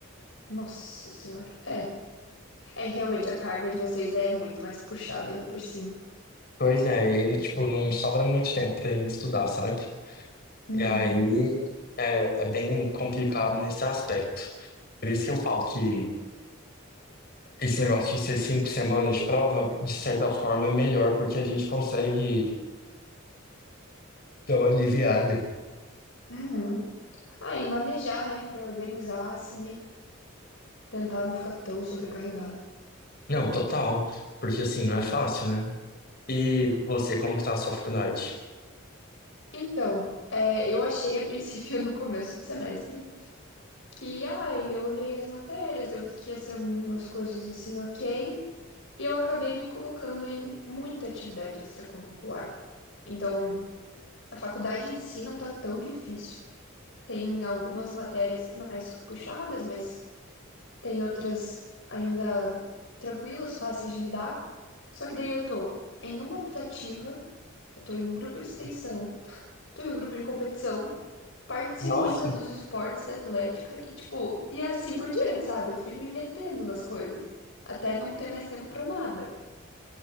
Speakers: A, on the left (about 65°); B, on the left (about 50°).
A: Nossa senhora. É, é realmente a carga de vocês é muito mais puxada ainda por cima.
B: Pois é, e, tipo, não sobra muito tempo pra gente estudar, sabe?
A: Uhum.
B: E aí é, é bem complicado nesse aspecto. Por isso que eu falo que esse negócio de ser cinco semanas de prova, de certa forma, é melhor, porque a gente consegue dar uma aliviada.
A: Uhum. Aí manejar, né, Pra organizar assim e tentar não ficar tão sobrecarregado.
B: Não, total. Porque assim, não é fácil, né? E você, como que tá a sua faculdade?
A: Então, é, eu achei a princípio <laughs> no começo do semestre que, ai, eu olhei as matérias, eu vi que ia ser umas coisas assim, ok, e eu acabei me colocando em muita atividade extracurricular. Então, a faculdade em si não tá tão difícil. Tem algumas matérias mais puxadas, mas tem outras ainda tranquilas, fáceis de lidar. Só que daí eu tô em uma optativa, eu tô em um grupo de extensão, <laughs> tô em um grupo de competição, participo
B: Nossa,
A: ainda dos esportes da Atlética e, tipo, e é assim por diante, sabe? Eu fui me metendo nas coisas, até não ter mais tempo pra nada.